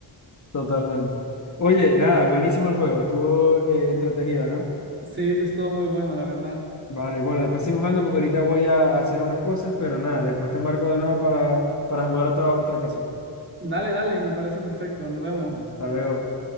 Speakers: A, on the left; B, on the right.
A: Totalmente. Oye, nada, buenísimo el juego, estuvo eh, entretenido, ¿no?
B: Sí, sí, es todo muy bueno, la verdad.
A: Vale, bueno, después seguimos jugando porque ahorita voy a hacer unas cosas, pero nada, después te marco de nuevo para, para jugar otra, otra cosa.
B: Dale, dale, me parece perfecto. Nos vemos.
A: Vale, hasta luego.